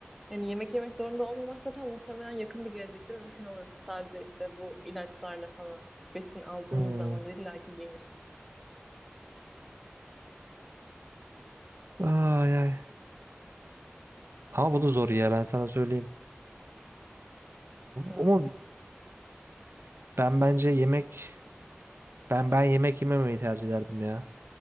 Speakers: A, in the centre; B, on the right.
A: Yani yemek yemek zorunda olmamak zaten muhtemelen yakın bir gelecekte mümkün olur. Sadece işte bu ilaçlarla falan besin aldığımız
B: Hmm.
A: zaman illaki gelir.
B: Ay ay. Ama bu da zor ya ben sana söyleyeyim.
A: Ya.
B: Ama ben bence yemek ben ben yemek yememeyi tercih ederdim ya.